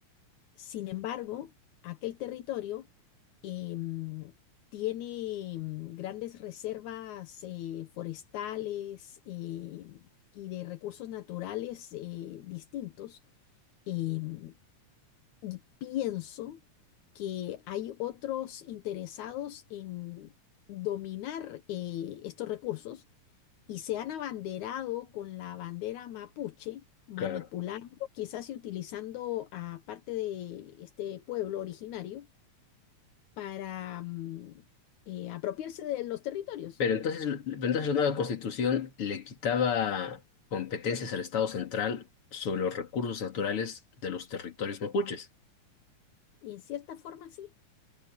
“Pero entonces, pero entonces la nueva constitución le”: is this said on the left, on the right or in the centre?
Left